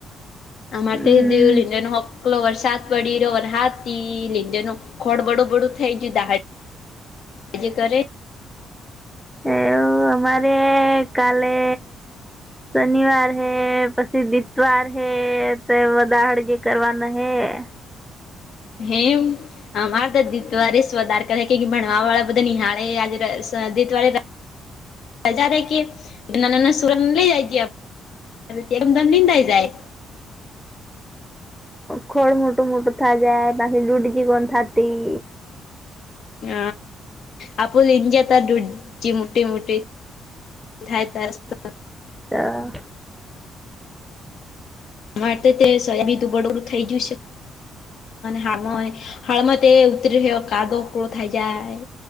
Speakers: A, on the left; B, in the centre.
A: હ માતાાયીવ
B: હમ
A: લન્ેનું હક પલો વરસાદ પડી રહ્યો વરસાદ થી લીધે ન ખોળ બડું બડું થઈ ગયું દા એજ કર
B: એવ અમારે એ કાલે શનિવાર હે પછી દિતવાર હે તો એ દાહડ જે કરવાના હે <inaudible>
A: હેમ માદ દી ત અ ર સવ દાર કે ભણવા વાળા બધા નિહાળે આ દત વાળ સજા રાે કે ના નાના સુરન લઇ જાય જમમ નીંદા જાય
B: ખોળ મોટું મોટું થા જાય પાછી લુડીજી કોન થાતી
A: હ આપપો નિંજેતા દુડ મુટીી મુટીી દ થાય તસ્
B: હા
A: મારે તે સાહે બી દુંબળડું થઈ ગયું છે હામાં હળમાં તે ઉતરીયો કાદો કળો થાય જાય